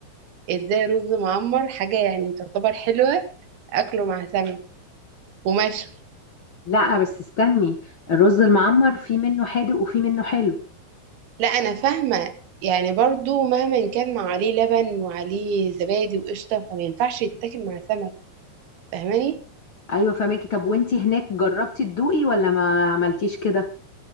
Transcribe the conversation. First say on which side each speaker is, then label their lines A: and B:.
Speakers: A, on the right; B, on the left.
A: ازاي رز معمر حاجه يعني تعتبر حلوه اكله مع سمك ومشوي
B: لا بس استني الرز المعمر في منه حادق وفي منه حلو
A: لا انا فاهمه يعني برضو مهما كان مع عليه لبن وعليه زبادي وقشطه فما ينفعش يتاكل مع سمك فاهماني
B: ايوه فهماكي طب وانتي هناك جربتي تدوقي ولا ما عملتيش كده